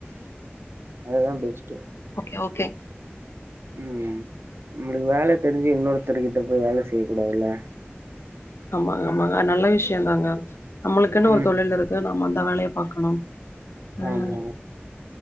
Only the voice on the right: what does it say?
அததா பெஸ்ட்டு
உம் நம்மளுக்கு வேல தெரிஞ்சு இன்னொருத்தர் கிட்ட போய் வேல செய்ய கூடாதுல
ம்
ஆமா